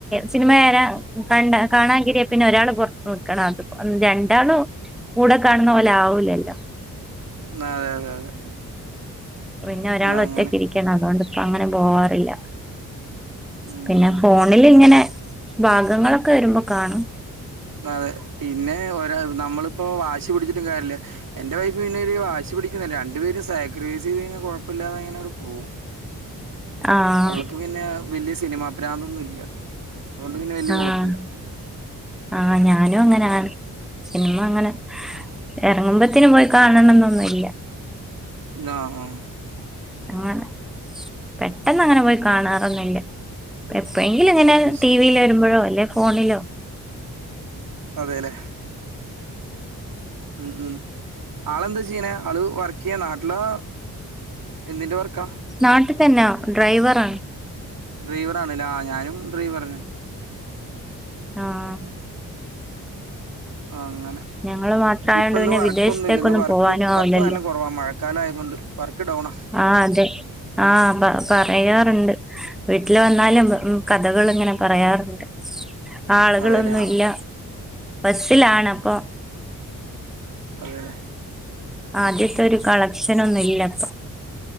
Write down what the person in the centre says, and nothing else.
സിനിമയരാൻ കണ്ട കാണാൻ കേറിയാൽ പിന്നെ ഒരാള് പൊറത്ത് നിക്കണം അത്. രണ്ടാളും കൂടെ കാണുന്ന പോലെ ആവൂലല്ലോ.
പിന്നെ ഒരാള്
ഒറ്റക്കിരിക്കണം അതുകൊണ്ടിപ്പൊ അങ്ങനെ പോവാറില്ല.
പിന്നെ ഫോണിലിങ്ങനെ ബാഗങ്ങളൊക്കെ വെരുമ്പോ കാണും.
ആഹ്
ആഹ്
ആഹ് ഞാനും അങ്ങനെയാണ്. സിനിമയങ്ങനെ. എറങ്ങുമ്പത്തേന് പോയി കാണണോന്നൊന്നുമില്ല.
അങ്ങനെ പെട്ടെന്ന് അങ്ങനെ പോയി കാണാറൊന്നുമില്ല. എപ്പോഴെങ്കില് ഇങ്ങനെ
ടി വി യില് വരുമ്പോഴോ അല്ലേ ഫോണിലോ.
നാട്ടിൽ തന്നാ ഡ്രൈവറാണ്.
ആഹ്
ഞങ്ങള് മാത്രായോണ്ട്
പിന്നെ
വിദേശത്തേക്കൊന്നും
പോവാനും ആവില്ലല്ലോ
ആഹ് അതെ ആഹ് പറയാറുണ്ട്. വീട്ട്ല് വന്നാലും കഥകള്ങ്ങനെ പറയാറ്ണ്ട്. ആള്കളൊന്നുല്ല
ബസ്സിലാണ് അപ്പൊ
ആദ്യത്തൊരു കളക്ഷനൊന്നുല്ലപ്പൊ.